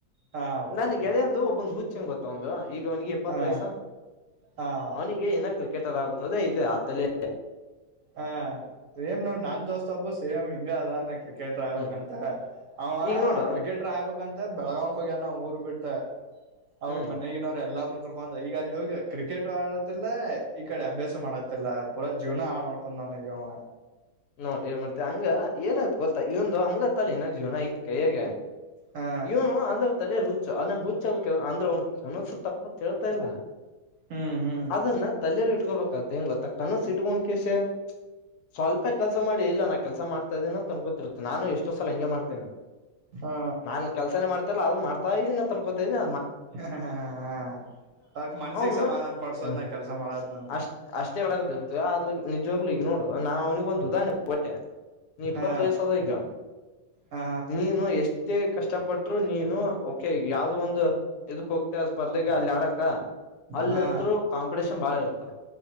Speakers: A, on the right (about 60°); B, on the left (about 75°).
A: ಹಾ ಒಪ್ಕೋತ್
B: ನನ್ ಗೆಳೆಯಂದು
A: ನ
B: ಒಬ್ಬೊಂದು ಹುಚ್ಚಂಗ ಗೊತ್ತ ಹತ್ತೌಂದ್ ಈಗ ಅವನಿಗೆ ಇಪ್ಪತ್ತು
A: ಹಾ
B: ವಯಸ್ಸ
A: ಹಾ
B: ಅವನಿಗೆ ಏನ ಕ್ ಕೆಟ್ಟರ್ ಆಗಬುದು ಅದೇ ಇದೆ ಆತಲೆ
A: ಹಾ ಏನ್ ನೋಡ್ ನನ್ ದೋಸ್ತ ಅಬ್ಬೋ ಸೇಮಿ ಹಿಂಗ ಅದಾನೆ ಕ್ರಿಕೆಟ್ರ್ ಆಗ್ಬೇಕಂತ
B: ಹ್ಮ್
A: ಅವಾ
B: ಈಗ ನೋಡು
A: ಕ್ರಿಕೆಟ್ರ್ ಆಗ್ಬೇಕಂತ ಬೆಳಗಾವ್ಕ್ ಹೋಗ್ಯಾನ ಊರ್ಬಿಟ್ಟ ಅವ್ರ
B: ಹ್ಮ್
A: ಮನೆಗಿನವ್ರ ಎಲ್ಲಾರ್ನು ಕರ್ಕೊಂಡ ಈಗ ಅಲ್ಲಿ ಹೋಗಿ ಕ್ರಿಕೆಟ್ ಆಡತಿಲ್ಲ ಈ ಕಡೆ ಅಭ್ಯಾಸ ಮಾಡಖತಿಲ್ಲ ಪುರಾ ಜೀವನ ಮಾಡ್ಕೊಂಡ ಹೊ ನ ಗಾವ
B: ನೋಡ್ ಹೇಳ್ ಮಾಡ್ತತಿವಿ ಹಂಗ ಏನಾಗ್ತು ಗೊತ್ತಾ ಇ ಒಂದು ಹಂಗತ್ತಿನ ಜೀವನ ಐತ್ ಕಗೆ
A: ಹಾ
B: ಇವನು ಆಂಧ್ರ ತಲೆ ಹುಚ್ಚು ಅದನ್ನ ಹುಚ್ಚದಕ್ಕೆ ಅಂದ್ರೆ ಅವನ್ ಕನಸು ತಪ್ಪ ತಿಳಿತಾ ಇಲ್ಲ
A: ಹ್ಮ್ ಹ್ಮ್
B: ಅದನ್ನ ತಲೆಲ್ಲಿ ಇಟ್ಕೋಬೇಕ ಹೆಂಗ ಗೊತ್ತ ಕನ ಇಟ್ಕೊಂಡಕಷ ಸ್ವಲ್ಪ ಕೆಸ ಮಾಡ ಇಲ್ಲಾ ಕೆಲಸ ಮಾಡ್ತಾ ಇದೀನ ತಂದ ಗೊಿತ್ತ ನಾನು ಎಷ್ಟೋ ಸಲ ಹಂಗೆ ಮಾಡ್ತೇನೆ
A: ಹಾ
B: ನಾನ್ ಕೆಲ್ಸನೇ ಮಾಡ್ತಾರಲ್ಲ ಆದ್ರರು ಮಾಡ್ತಾ ಇದೀನಿ ತಕೊತದು
A: ಹ ಹಾ ಬಟ್ ಮನ್ಸಿಿಗೆ
B: ಅವನು
A: ಸಮಾಧಾನ ಪಡ್ಸೋದ್ನ
B: ಹ
A: ಕೆಲ್ಸ ಮಾಡೋದ್ನಂತೆ
B: ಅಷ್ಟ್ ಅಷ್ಟೇ ಮಾಡಕದ ಆದ್ರ ನಿಜವಾಗ್ಲು ಈಗ ನೋಡುವ ನವವಿಂಗೊಂದು ದ ಟ್ಟೆ ನೀ ಇಪ್ಪತ್ತು
A: ಹಾ
B: ವಯಸ್ಸದ ಈಗ
A: ಹಾ
B: ನೀನು ಎಷ್ಟ ಮತ್ತೆ ಕಷ್ಟಪಟ್ಟರು ನೀನು ಓಕೆ ಈ ಯಾವ್ದೋ ಒಂದು ಇದಕ್ ಹೋಗ್ತ ಸ್ಪರ್ಧೆಗೆ ಅಲ್ಲಿ ಆಡಕ ಅಲ್ಲಿ
A: ಹಾ ಹಾ
B: ಅಂತರು ಕಾಂಪಿಟೇಷನ್ ಬಾಳ್ ಇರ್ತ